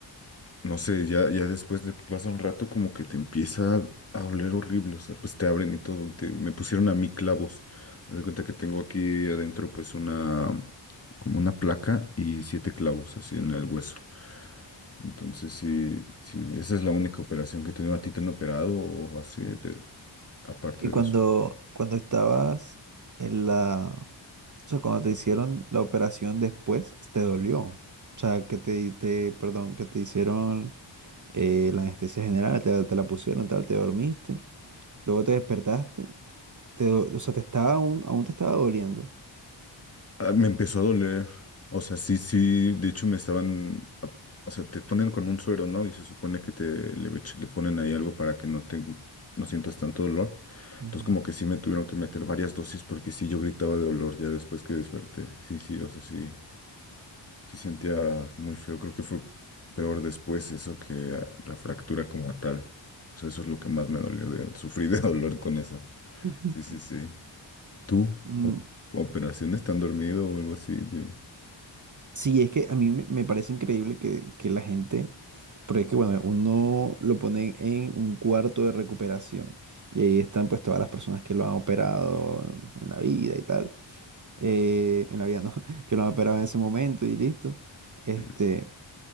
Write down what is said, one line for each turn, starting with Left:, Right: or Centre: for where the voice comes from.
Left: no sé, ya, ya después de pasa un rato como que te empieza a, a doler horrible, o sea, pues te abren y todo, te- me pusieron a mí clavos. Haz de cuenta que tengo aquí adentro pues una, como una placa y siete clavos así en el hueso. Entonces sí, sí, esa es la única operación que tengo ¿A ti te han operado o así, de- aparte
Right: Y
Left: de
Right: cuando,
Left: las...
Right: cuando estabas en la... O sea, cuando te hicieron la operación después, ¿te dolió? O sea, que te, te- perdón, que te hicieron eh, la anestesia general, te, te la pusieron, tal, te dormiste, luego te despertaste, te, do- o sea, te estaba aún, aún te estaba doliendo.
Left: Ah, Me empezó a doler. O sea, sí, sí. De hecho, me estaban. a- O sea, te ponen con un suero, ¿no? Y se supone que te le, ech- le ponen ahí algo para que no te, no sientas tanto dolor.
Right: Ujú.
Left: Entonces, como que sí me tuvieron que meter varias dosis porque sí yo gritaba de dolor ya después que desperté. Sí, sí, o sea, sí, sí sentía muy feo. Creo que fue peor después eso que ah, la fractura como tal. O sea, eso es lo que más me dolió de sufrí de <laughs> dolor con esa.
Right: <laughs>
Left: Sí, sí, sí. ¿Tú?
Right: Mm,
Left: O- ¿Operaciones? ¿Tan dormido o algo así? de-
Right: Sí, es que a mí me me parece increíble que, que la gente, porque es que bueno, uno lo pone en un cuarto de recuperación y ahí están pues todas las personas que lo han operado en la vida y tal, eh, en la vida no, <laughs> que lo han operado en ese momento y listo. Este,
Left: Sí, sí, sí.